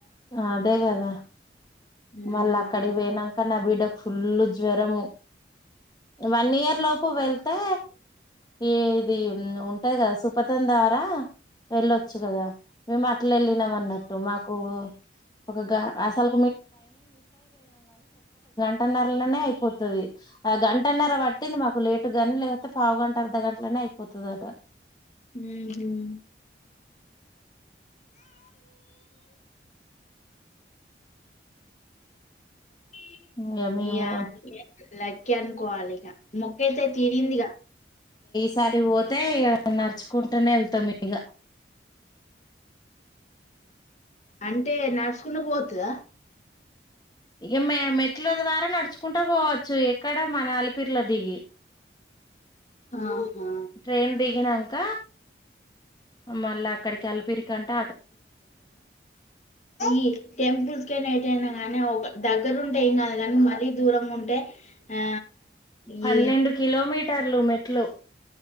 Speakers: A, on the left; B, on the left.
A: అదె కదా
B: ఉమ్
A: మళ్ల్ అక్కడ పోయినంక నా బిడ ఫుల్లు జ్వరము వన్ ఇయర్ లోపు వెళ్తే ఏది ఉంటది కదా సుపతందారా వెళ్ళొచ్చు కదా మేము అట్లా వెళ్ళినాం అన్నట్టు మాకు ఒక అసలు <unintelligible> నర్లినే అయిపోతు ఆ గంటన్నర పట్టింది మాకు లేట్ <unintelligible> పావు గంట అర్ధ గంటలనే అయిపోతుది ఆడ
B: ఉహు <unintelligible>
A: ఇంగ మేము
B: కే అనుకోవాలిగ మొక్కు అయితే తీరిందిగ
A: ఇసారి పోతే నడుచుకుంటూనే వెల్ తమిగ
B: అంటే నడుచుకున పోతుద
A: ఇక మ మెట్ల ద్వారా నడుచుకుంటా పోవచ్చు ఎక్కడ మన అలిపిర్లో దిగి
B: ఆహా
A: ట్రైన్ దిగినంక మళ్ళా అక్కడికి అలిపిరి కంట
B: ఈ టెంపుల్స్ గే న అయితే నాంగాని దగ్గరుంటే ఏం కాదు కాని మరీ దూరంగా ఉంటే ఆ
A: పన్నెండు
B: ఈ
A: కిలోమీటర్లు మెట్లు